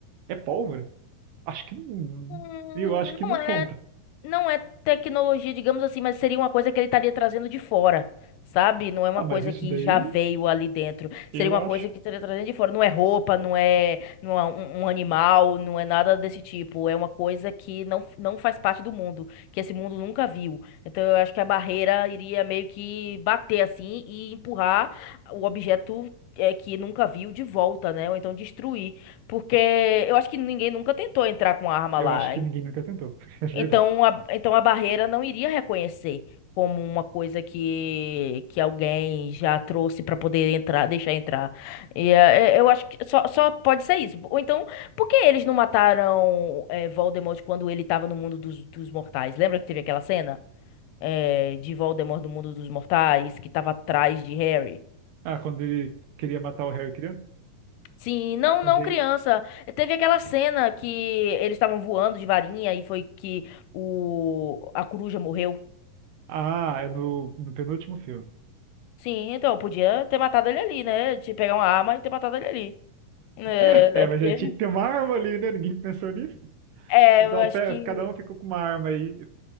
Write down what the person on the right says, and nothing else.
é pólvora. Acho que não.
Eu acho que
não
conta.
Ah,
mas isso
daí,
eu
acho.
Eu
acho que ninguém nunca tentou. <laughs> É verdade.
Ah, quando ele queria matar o Harry criança,
mas
aí.
Ah, é no, no penúltimo filme.
<laughs> É,
mas
já tinha
que ter uma arma ali, né? Ninguém pensou nisso.
Dá
uma
pe-
Cada um ficou com uma arma aí